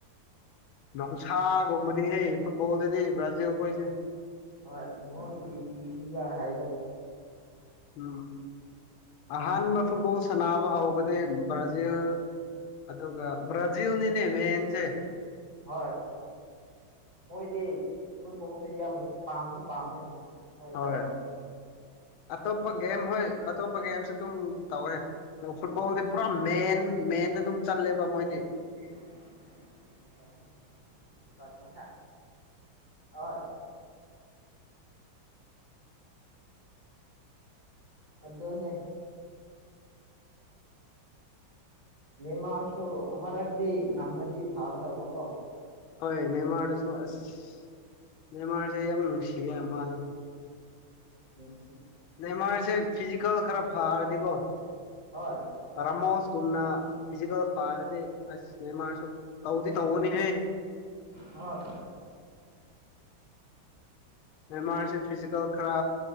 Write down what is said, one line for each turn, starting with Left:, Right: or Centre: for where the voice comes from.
Left: ꯅꯨꯡꯁꯥꯒꯨꯝꯕꯅꯤꯍꯩ ꯐꯨꯠꯕꯣꯜꯗꯗꯤ ꯕ꯭ꯔꯥꯖꯤꯜ ꯐꯣꯏꯁꯦ
Right: ꯍ ꯃꯣꯏ ꯇꯤꯚꯤ ꯍꯕ
Left: ꯎꯝ ꯑꯍꯥꯟꯕ ꯐꯐꯥꯎ ꯁꯥꯟꯅꯕ ꯍꯥꯎꯕꯗꯤ ꯭ꯔꯖꯤꯜ ꯑꯗꯨ ꯭ꯔꯖꯜꯅꯤꯅꯦ ꯃꯦꯟꯁꯦ
Right: ꯍ ꯃꯣꯏꯗꯤ ꯐꯨꯠꯕꯜꯁ ꯏ ꯌꯥꯝ ꯄꯥꯝꯁꯨ ꯄꯥꯃꯦ ꯑꯩꯀꯣ
Left: ꯍꯣꯏ ꯑꯇꯣꯞꯄ ꯒꯦꯝ ꯍꯣꯏ ꯑꯇꯣꯞꯄ ꯒꯦꯝꯁꯨ ꯑꯗꯨꯝ ꯇꯧꯔꯦ ꯑ ꯐꯨꯠꯕꯣꯜꯗꯤ ꯄꯨꯔꯥ ꯃꯦꯟ ꯃꯦ ꯑꯗꯨꯝ ꯆꯠꯂꯦꯕ ꯃꯣꯏꯗꯤ
Right: ꯑ ꯔꯊꯃꯗ ꯍ ꯑꯗꯨꯗꯟꯅꯦ ꯅꯃꯁꯨ ꯑꯃꯔꯛꯇꯗꯤ ꯉꯝꯃꯗꯤ ꯐꯥꯒꯗꯧꯕꯀꯣ
Left: ꯍꯣꯏ ꯃꯦꯟꯃꯥꯔꯗꯁꯨ ꯑꯁ ꯃꯦꯟꯃꯥꯔꯁꯦ ꯌꯥꯝ ꯅꯨꯡꯁꯤꯌꯦ ꯃꯥꯗ
Right: ꯎꯝ
Left: ꯃꯥꯔꯁꯦ ꯐꯤꯖꯤꯀꯦꯜ ꯈꯔ ꯐꯔꯗꯤꯀꯣ
Right: ꯍꯣꯏ
Left: ꯔꯥꯃꯣꯁ ꯀꯨꯝꯅ ꯐꯤꯖꯤꯀꯦꯜ ꯐꯥꯔꯗꯤ ꯑꯁ ꯃꯃꯥꯔꯁꯨ ꯇꯧꯗꯤ ꯇꯧꯒꯅꯤ
Right: ꯍꯣꯏ
Left: ꯕꯃꯥꯔꯁꯦ ꯐꯤꯖꯤꯀꯦꯜ ꯈꯔ